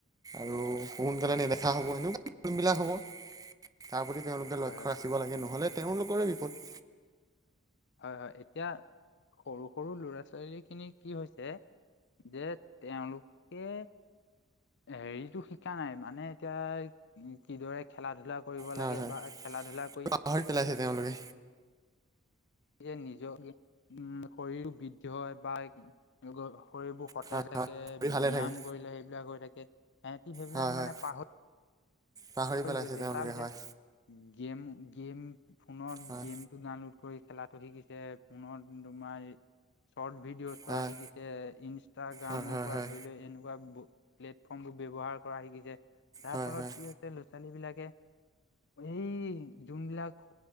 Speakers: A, on the right; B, on the left.
A: আৰু সোনকালে
B: হয়
A: নেদেখা
B: হয়
A: হ'ব সেনেকোৱাই বিলাক হ'ব তাৰ প্ৰতি তেওঁলোকে লক্ষ্য
B: হয়
A: ৰাখিব লাগে নহ'লে তেওঁলোকৰে বিপদ।
B: এ এতিয়া সৰু সৰু ল'ৰা ছোৱালী খিনি কি হৈছে যে তেওঁলোকে হেৰিটো শিকা নাই মানে এতিয়া কিদৰে খেলা ধূলা কৰিব
A: হয়
B: লাগে
A: হয়
B: বা খেলা ধূলা কৰি
A: পাহৰি পেলাইছে তেওঁলোকে।
B: নিজৰ উম শৰীৰ বৃদ্ধি হয় বা গ শৰীৰবোৰ সতেজ
A: হয়
B: থাকে,
A: হয় ভালে
B: ব্যায়াম
A: থাকে
B: কৰিলে সেইবিলাক হৈ থাকে। সিহঁতি সেইবিলাক
A: হয় হয়
B: মানে পাহৰি
A: পাহৰি পেলাইছে
B: গৈছে।
A: তেওঁলোকে
B: তাৰপাছত
A: হয়
B: গেম গেম ফোনত
A: হয়
B: গেমটো ডাউনলোড কৰি খেলাটো শিকিছে। ফোনত তোমাৰ চৰ্ট ভিডিঅ' ছোৱা
A: হয়
B: হিকিছে। ইনষ্টাগ্ৰামৰ
A: হয় হয়
B: পৰা
A: হয়
B: ধৰি লৈ এনেকুৱা প্লেটফৰ্মবোৰ ব্যৱহাৰ কৰা শিকিছে, যাৰ
A: হয়
B: ফলত
A: হয়
B: কি হৈছে ল'ৰা ছোৱালী বিলাকে এই যোনবিলাক